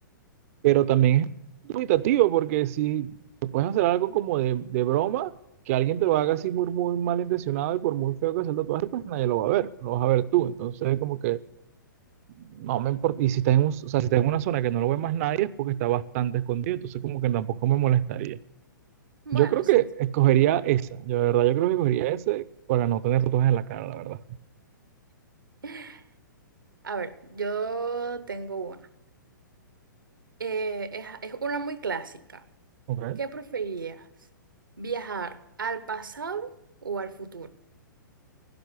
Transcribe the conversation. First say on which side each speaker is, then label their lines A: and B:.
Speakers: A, on the right; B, on the right.
A: pero también es dubitativo, porque si te puedes hacer algo como de, de broma, que alguien te lo haga así muy, muy malintencionado y por muy feo que sea el tatuaje, pues nadie lo va a ver, lo vas a ver tú. Entonces, como que no me importa. Y si está en un- o sea, si está en una zona que no lo ve más nadie, es porque está bastante escondido. Entonces, como que tampoco me molestaría.
B: Bueno,
A: Yo creo que
B: sí, sí.
A: escogería esa. Yo, de verdad, yo creo que escogería ese para no tener tatuajes en la cara, la verdad.
B: <laughs> A ver, yo tengo una. Eh, es, es una muy clásica.
A: Ok. A
B: ¿Qué preferirías? ¿Viajar al pasado o al futuro?